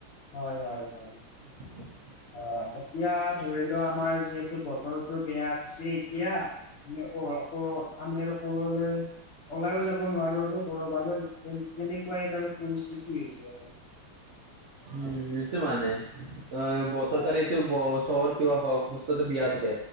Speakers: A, on the left (about 85°); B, on the right (about 70°).
A: হয় হয় হয়
B: <unintelligible>
A: অ এতিয়া ধৰিলোৱা আমাৰ যিহেতু বতৰটো বেয়া আছে এতিয়া মানে অ কোৰ আমি আৰু কোৰলৈ ওলাইও যাব নোৱাৰো আৰু কৰবালৈ এ কেনেকুৱা এক আৰু পৰিস্থিতি হৈছে আৰু
B: উম এইটো মানে অ বতৰকাৰীটো
A: হয়
B: ব চহৰ কিবা হস্তত বিয়া থাকে